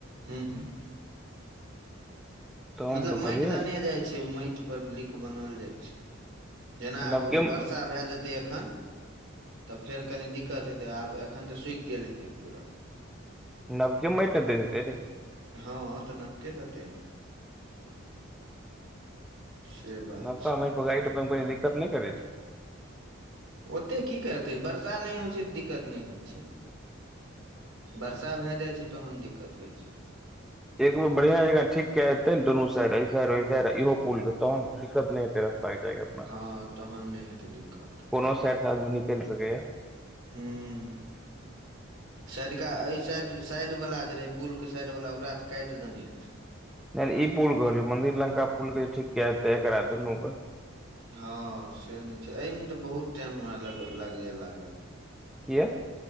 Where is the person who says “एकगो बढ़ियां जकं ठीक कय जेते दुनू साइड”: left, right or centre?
Centre